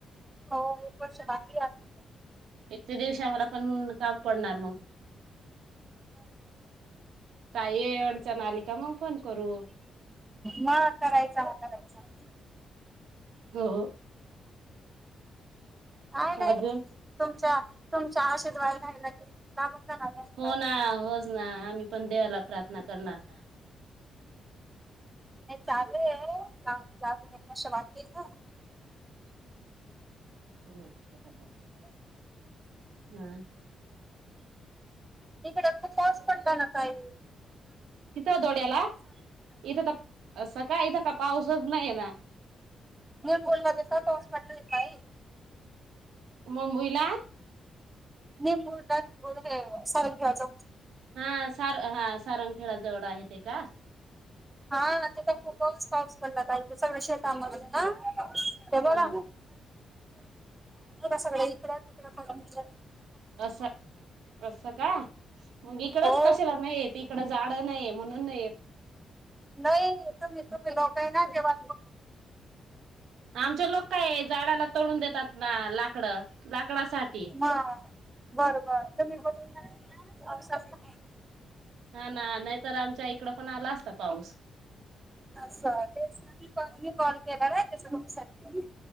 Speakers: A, on the right (about 15°); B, on the right (about 85°).
A: हो एक वर्ष बाकी असत
B: एक ते दिवशी आम्हाला पण काम पडणार मग काही अडचण आली का मग फोन करू
A: मग करायचा आता करायचा.
B: हो
A: आहे ना
B: अजून
A: तुमच्या तुमच्या आशीर्वादान राहायला की लागून जाणार नाही
B: हो ना होच ना आम्ही पण देवाला प्रार्थना करणार ना.
A: नाही चालू आहे. अजून एक वर्ष बाकी ना
B: हम् ह
A: <unintelligible>
B: हम्म
A: इकडे खूप पाऊस पडल ना ताई
B: तिथं दौड्याला इथ तर सका इथ का पाऊस नाही आहे ना.
A: मी बोला इथं लई पाऊस पडल ताई
B: मुंबईला
A: निंमूरड निंमूरड हे सर घ्यायच.
B: हा सार हा सारंगखेडा जवळ आहे ते का
A: हा तिथ खूप पाऊस पाऊस पडला ताई सगळं शेतामध्ये ना ते
B: हा
A: बघा सगळ इकड तिकडं पडायल्यात.
B: अस अस का मग इकडच
A: हो
B: कशी लग्न आहेती. इकडं झाडं नाहीये म्हणून नाहीय.
A: नाही तुम्ही तुम्ही लोकही ना जेव्हा
B: आमचे लोक काय झाडाला तोडून देतात ना लाकडं लाकडासाठी
A: हा बर बर तूम्ही बणून पावसात का
B: हा ना नाहीतर आमच्या इकड पण आला असता पाऊ
A: स तेच नाही पण मी कॉल केला ना त्यास तुमच्यासाठी